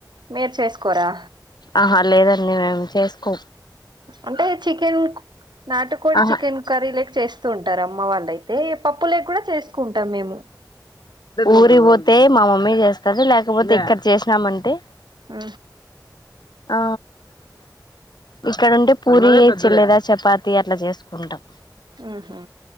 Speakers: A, on the right (about 80°); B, on the left (about 70°).
A: మీరు చేసుకోరా
B: ఆహా లేదండి మేము చేసుకో
A: అంటే చికెన్ నాటుకోడి
B: ఆహా
A: చికెన్ కర్రీ లేకి చేస్తూ ఉంటారు అమ్మ వాళ్ళయితే పప్పు లేక కూడ చేసుకుంటాం మేము
B: ఊరికి పోతే మా మమ్మీ చేస్తది లేకపోతే ఇక్కడ చేసినామంటే
A: ఆ
B: ఆ ఇక్కడ ఉంటె పూరిచ్చల్లేదా చపాతి అట్లా చేసుకుంటాం
A: ఆహా